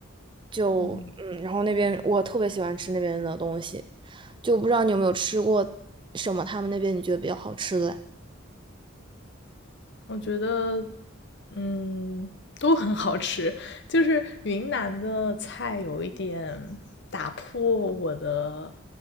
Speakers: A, on the right; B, on the left.
A: 就嗯，
B: 嗯。
A: 然后那边我特别喜欢吃那边的东西，就不知道你有没有吃过什么他们那边你觉得比较好吃的呀
B: 我觉得，嗯，都很好吃。就是云南的菜有一点打破我的